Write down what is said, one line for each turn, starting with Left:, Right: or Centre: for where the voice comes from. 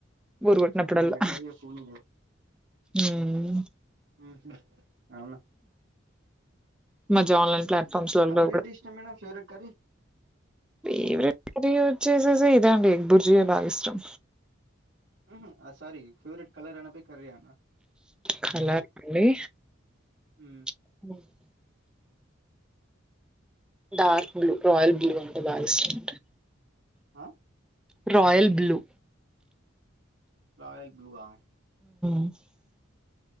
Centre: బోర్ కొట్టినప్పుడల్లా
Right: ఉహు ఎట్లాగో ఫోన్
Centre: హమ్
Right: ఉహు అవునా
Centre: మధ్య ఆన్లైన్ ప్లాట్ఫామ్స్ లలో
Right: కలర్ ఏంటి ఇష్టం madam favourite curry
Centre: favourite curry వచ్చేసేసి ఇదాండి ఎగ్ బుర్జియా బాగా ఇష్టం
Right: ఉహు సారీ ఫేవరెట్ కలర్ అనబోయి కర్రి అన్నా
Centre: కలర్ అండి
Right: హు
Centre: <inaudible> డార్క్ బ్లూ రాయల్ బ్లూ అంటే బాగా ఇష్టం
Right: ఆ
Centre: రాయల్ బ్లూ
Right: రాయల్ బ్లూ ఆ
Centre: <inaudible>